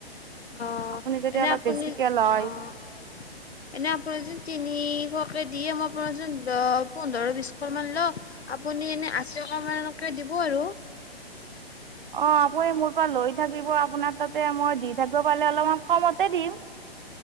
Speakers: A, on the left (about 80°); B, on the right (about 55°).
A: অহ
B: আপুনি যদি
A: এনে
B: অলপ
A: আপুনি
B: বেছিকে লয়
A: অহ। এনে আপোনাৰ যোন তিনিশকে দিয়ে মই আপোনাক চোন দ পোন্ধৰ বিশখন মান ল আপুনি এনে আশী টকা মানকে দিব আৰু।
B: অঁ আপুনি মোৰ পৰা লৈ থাকিব আপোনাক তাতে মই দি থাকিব পালে অলপমান কমতে দিম।